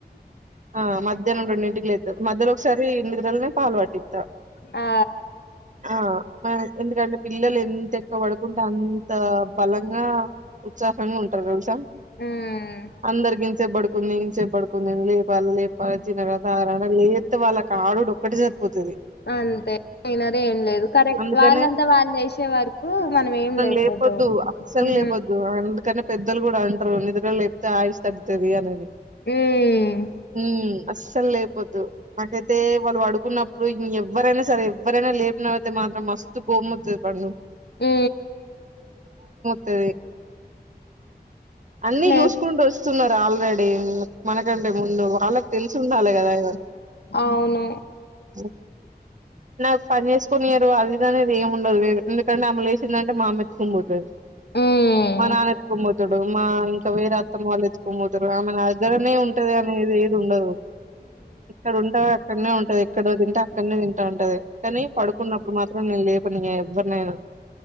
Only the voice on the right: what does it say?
ఆ మధ్యాహ్నం రెండుంటికి లేతది మధ్యాహ్నం ఒకసారి ఇ వెలనే పాల పట్టిత
ఆ మ ఎం పిల్లలు ఎంత ఎక్కువ పడుకుంటే అంత బలంగా ఉత్సాహంగా ఉంటారు తెలుసా
అందరగిన్స బడు కు ఇం చె పడుకుందిని లేప లేపి తిన కదా ఆ లేతే వాళ్ళ ఆడడు ఒక్కటి సరిపోతుది.
అందుకనే
లేపొద్దు అస్సలు
లేపొద్దు అందుకనే పెద్దలు కూడా అంటారు నిద్రలు లేప్తే ఆయుష్ తగ్తుది అనేది
ఉ అస అసలు లేపోద్దు. నాకైతే వాళ్ళు ప డుకున్నప్పుడు ఎవరైనా సరే ఎవ్వరైనా లే ఇలా ఐతె మాత్రం మస్తు కోపము వత్తది పండు.
తా అన్ని
చూసుకుంటూ వస్తున్నారు ఆల్రెడీ మ ఎందుకంటే ముందు వాళ్ళకి తెలిసి ఉండాలి గదా ఇగ
పో నాకు పనిచేస్ కొనీయరు అది ఇది అనేది ఏమి ఉండదు ఎందుకంటే ఆమె లేసిందంటే మా అమ్మ ఎత్తుకుని పోతాది.
మా నాన్న ఎత్తుకొని పోతాడు. మా ఇంకా వేరే అత్తమ్మ వాళ్ళు ఎత్తుకొని పోతారు. ఆమె నా దగ్గరనే ఉంటది అనేది ఏది ఉండదు. ఎక్కడ ఉంటే అక్కడనే ఉంటది. ఎక్కడ తింటే అక్కడనే తింటా ఉంటది. కానీ ఉన్నప్పుడు మాత్రం నీను లేపను ఇగ ఎవ్వరినైనా